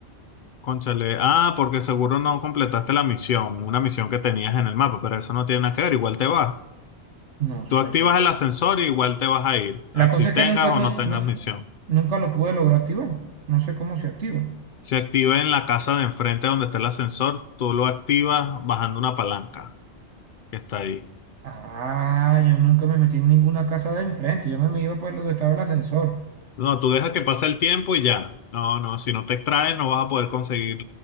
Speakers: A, on the left (about 60°); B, on the right (about 85°).
A: cónchale, ah, porque seguro no completaste la misión, una misión que tenías en el mapa, pero eso no tiene nada que ver, igual te vas.
B: No
A: Tú
B: sé,
A: activas
B: pero
A: el ascensor y igual te vas a ir,
B: la
A: así
B: cosa es
A: tengas
B: que nunca,
A: o
B: nu-
A: no tengas
B: nu-
A: misión.
B: nunca lo pude lograr activar. No sé cómo se activa.
A: Se activa en la casa de enfrente donde está el ascensor. Tú lo activas bajando una palanca que está ahí.
B: Ah, yo nunca me metí en ninguna casa de enfrente. Yo me, me iba por donde estaba el ascensor.
A: No, tú dejas que pase el tiempo y ya. No, no, si no te extraes no vas a poder conseguir